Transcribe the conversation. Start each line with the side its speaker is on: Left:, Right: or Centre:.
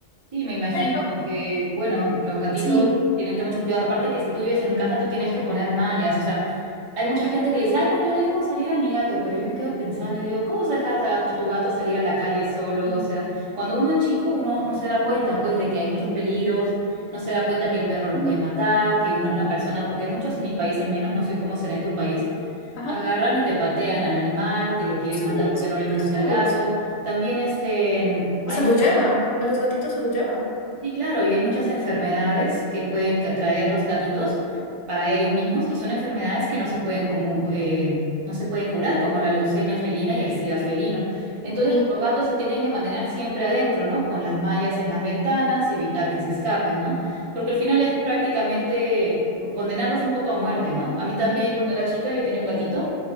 Right: Sí, me imagino,
Left: Pero
Right: porque, bueno, los gatitos
Left: sí,
Right: tienen que tener mucho cuidado. Aparte que si tú vives en casa, tú tienes que poner mallas, o sea, Hay mucha gente que le dice, ay, no, yo dejo salir a mi gato, pero yo me quedo pensando y digo, ¿cómo vas a dejar a tu a tu gato salir a la calle solo?
Left: sí,
Right: O sea, cuando uno es chico, uno no se da cuenta, pues, de que hay muchos peligros, no se da cuenta que el perro lo
Left: mm,
Right: puede matar, que una, una persona, porque muchos en mi país al menos, no sé cómo será en tu país,
Left: ajá,
Right: agarran y te patean al animal, te lo quieren
Left: sí,
Right: matar porque
Left: son
Right: no
Left: bien
Right: le gusta
Left: groseros.
Right: el gato. También, este,
Left: O
Right: hay
Left: sea,
Right: muchas
Left: los llevan, a los gatitos se los llevan.
Right: Sí, claro, y hay muchas enfermedades que pueden ca- traer los gatitos para ellos mismos y son enfermedades que no se pueden comu- eh, no se pueden curar, como la leucemia felina y el sida felino. Entonces,
Left: Sí,
Right: los gatos se tienen que mantener siempre adentro, ¿no? Con las mallas en las ventanas, evitar que se escapen, ¿no? Porque al final es prácticamente mm, condenarlos un poco a muerte, ¿no? A mí también,
Left: sí,
Right: cuando era chica, yo tenía un gatito